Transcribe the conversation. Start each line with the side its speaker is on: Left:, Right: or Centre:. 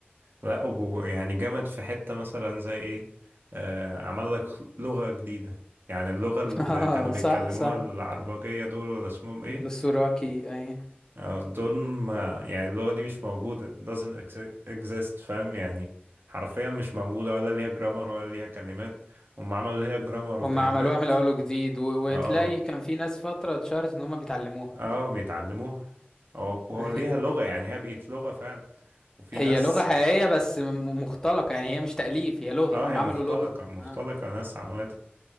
Right: لا وهو يعني جامد في حتة مثلا زي ايه آه عمل لك لغة جديدة يعني اللغة اللي
Left: <laughs> آه
Right: كانوا بيتكلموها
Left: صح صح
Right: العربجية دول ولا اسمهم ايه
Left: دستوراكي اي
Right: آه دول ما يعني اللغة دي مش موجودة doesn't exi- exist فاهم يعني حرفيا مش موجودة ولا ليها جرامر ولا ليها كلمات هم عملوا ليها جرامر وكلمات
Left: هم عملوها من الاول وجديد و...
Right: اه
Left: وتلاقي كان في ناس فتره اتشهرت ان هم بيتعلموها
Right: اه بيتعلموها أو- وهو
Left: <laughs>
Right: ليها لغة يعني هي بقت لغة فعلا وفي
Left: هي
Right: ناس
Left: لغة حقيقية بس م- مختلقة يعني هي مش تأليف هي لغة
Right: اه
Left: هم
Right: هي
Left: عملوا
Right: مختلقة
Left: لغة
Right: مختلقة
Left: اه
Right: ناس عملتها